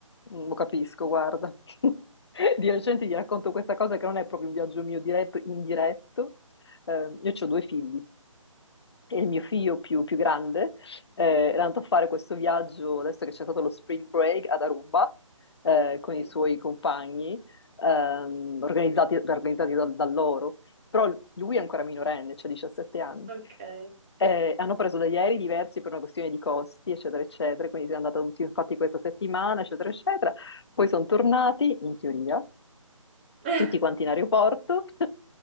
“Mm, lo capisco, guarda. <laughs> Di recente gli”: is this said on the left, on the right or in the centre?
Left